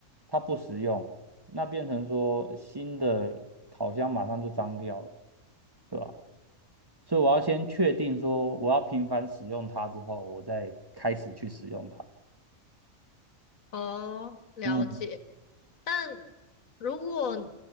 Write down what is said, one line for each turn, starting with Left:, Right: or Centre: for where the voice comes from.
Right: 它不实用，那变成说新的烤箱马上就脏掉了，对吧？所以我要先确定说我要频繁使用它之后，我再开始去使用它。
Left: <laughs> 哦，了解。
Right: 嗯
Left: 但如果